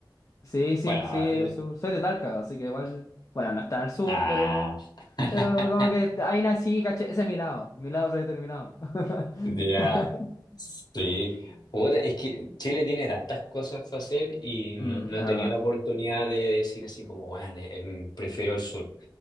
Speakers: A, on the left; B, on the left.
A: Sí, sí,
B: Bueno,
A: sí, yo sur. Soy de Talca, así que igual, bueno, no está al sur,
B: Ah,
A: pero,
B: <laughs>
A: pero como que ahí nací, caché, ese es mi lado, mi lado predeterminado. <laughs>
B: ya, sí. Puta, es que Chile tiene tantas cosas para hacer y no,
A: Mm,
B: no
A: es verdad,
B: he tenido la oportunidad de decir así como, bueno, eh, em, prefiero el sur.